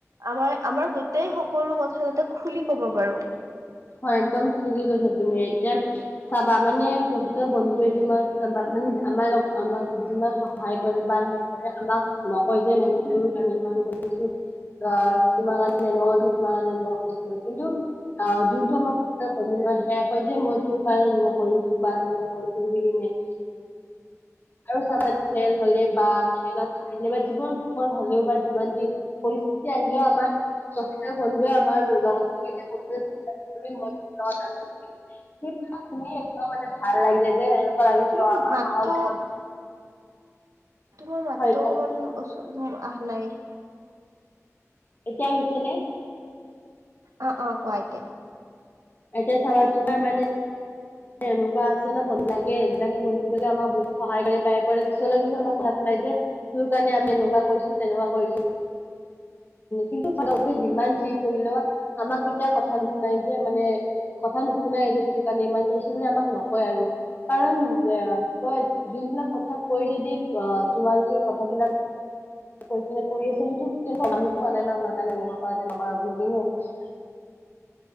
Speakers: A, on the right; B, on the left.
A: আমাৰ আমাৰ গোটেই সকলো কথা যাতে খুলি ক'ব পাৰো।
B: হয়, একদম ঠিকে কৈছা তুমি। এতিয়া চাবা মানে প্ৰকৃত বন্ধুৱে তোমাক চাবা আমাক যিমান সহায় বা হেৰি কৰে আমাক নকয় যে তোক আমি ইমান কৰি থৈছো। অ, তোমাৰ কাৰণে এনেকোৱা কৰিছিলো, তোমাৰ কাৰণে তেনেকুৱা কৰিছিলো কিন্তু অ যোন যিটো আমাৰ প্ৰকৃত বন্ধু নহয় সেইয়াই কয় যে মই তোৰ কাৰণে এনেকোৱা কৰিছো বা তেনেকুৱা কৰিছো বুলি কেনে আৰু চাবা খেল হ'লে বা খেলত হাৰিলে বা যিমান বিপদ হ'লেও বা যিমান যি পৰিস্থিতি আহিলেও আমাৰ প্ৰকৃত বন্ধুয়ে আমাৰ লগত থাকিব। <unintelligible> এই নামনি অসমৰ মানুহবোৰে অলপ ভালদৰে কথাবোৰ ক'বচোন কিনো বকে একো বুজিয়ে নাপাওঁ, ইমান অদ্ভুত অসমীয়া কেনেকে কয় বাৰু। ইৰিটেত কৰি দিয়ে মানে। অলপ ভালকে কবলে চেষ্টা কৰিব ইটছ ৰিকুৱেষ্ট। সেই শুনি একদম মানে ভাল লাগি যায়
A: তোমাৰ
B: যে এনেকোৱা
A: মাতটো
B: লাগিছে আমাক সাহস দেখাব
A: তোমাৰ মাতটো
B: হয় কোৱা,
A: অকনমান ওচ আহা নাই।
B: এতিয়া আহিছে নে?
A: অ অ কোৱা এতিয়া।
B: এতিয়া চাবা তোমাৰ মানে এনেকুৱা আছে ন বন্ধুিলাকে সেইবিলাকে বন্ধুবিলাকে বহু সহায় কৰে বা কৰে পিছ কিন্তু আমাক শুনাই যে তোৰ কাৰণে আমি এনেকুৱা কৰিছো, তেনেকুৱা কৰিছে। কিন্তু যিমান যি কৰিলেও আমাক এতিয়া কথা নুশুনাই যে মানে কথা নুশুনাইয়ে যে তোৰ কাৰণে ইমান কৰিছো বুলি আমাক নকয় আৰু। কৰণ মই বিভিন্ন কথা কৈ নিদি তোমালোকে কথাবিলাক <unintelligible>